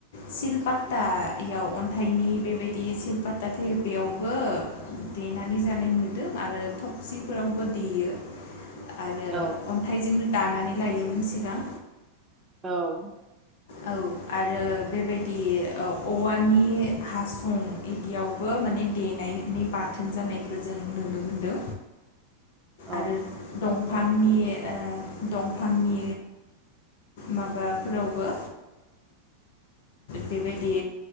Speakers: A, on the left; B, on the right.
A: सिलपात्टायाव अन्थाइनि बेबायदि सिलपात्टा थयो बेयावबो देनानै जानाय नुदों आरो थफसिफोरावबो देयो आरो
B: औ
A: अन्थाइजोंनो दानानै लायोमोन सिगां
B: औ
A: औ आरो बेबायदि औ औवानि हासुं इदियावबो माने देनायनि बाथोन जानायखौ जों नुनो मोनदों
B: औ
A: आरो दं दंफांनि ओ दंफांनि माबाफोरावबो बेबायदि